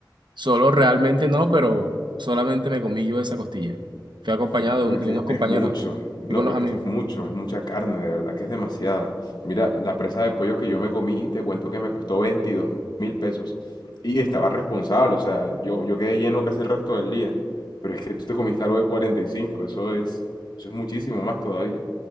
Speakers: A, on the right (about 75°); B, on the left (about 65°).
A: solo realmente no, pero solamente me comí yo esa costilla. Fui acompañado
B: No, porque
A: de, un- de unos compañeros,
B: es mucho. No,
A: fui con
B: pero
A: los amigos.
B: es que es mucho, es mucha carne, de verdad que es demasiada. Mira, la presa de pollo que yo me comí, te cuento que me costó veintidós mil pesos. Y estaba responsable, o sea, yo, yo quedé lleno casi el resto del día. Pero es que tú te comiste algo de 45, eso es, eso es muchísimo más todavía.